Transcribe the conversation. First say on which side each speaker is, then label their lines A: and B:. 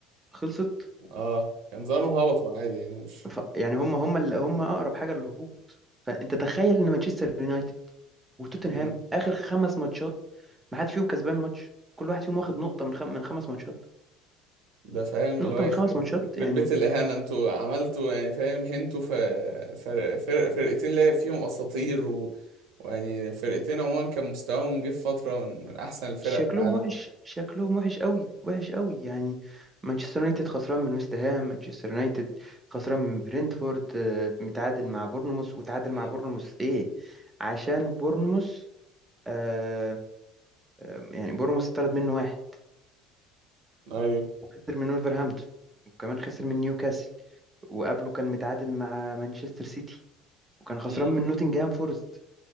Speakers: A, on the right; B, on the right.
A: خلصت
B: اه كان زمانهم هبطوا عادي يعني مش
A: ف يعني هم هم اللي هم اقرب حاجه للهبوط فانت تخيل ان مانشستر يونايتد وتوتنهام
B: مم.
A: اخر خمس ماتشات ما حدش فيهم كسبان ماتش كل واحد فيهم واخد نقطه من خم... من خمس ماتشات
B: ده فاهم اللي
A: نقطه
B: هو يخرب
A: من خمس ماتشات
B: يخرب
A: يعني
B: بيت الإهانة انتوا عملتوا يعني فاهم هنتوا ف... فر... فر... فرقتين لعب فيهم أساطير و... ويعني فرقتين عموما كان مستواهم جه في فترة من... من أحسن الفرق
A: شكلهم
B: في العالم
A: وحش شكلهم وحش قوي وحش قوي يعني مانشستر يونايتد خسران من ويست هام مانشستر يونايتد خسران من برينتفورد آه، متعادل مع بورنموث وتعادل
B: مم.
A: مع بورنموث ايه عشان بورنموث آه آه، يعني بورنموث اتطرد منه واحد
B: أيوه
A: وخسر من ولفرهامبتون وكمان خسر من نيوكاسل وقبله كان متعادل مع مانشستر سيتي وكان خسران
B: مم.
A: من نوتنجهام فورست